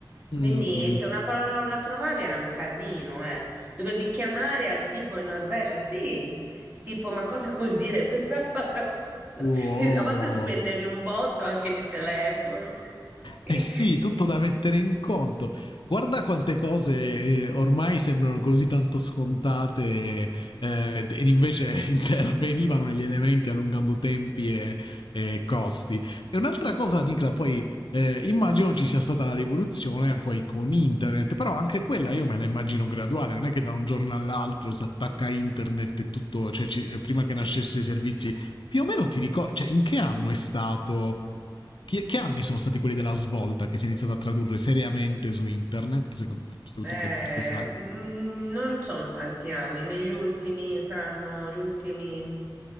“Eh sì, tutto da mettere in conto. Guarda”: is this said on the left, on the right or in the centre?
Left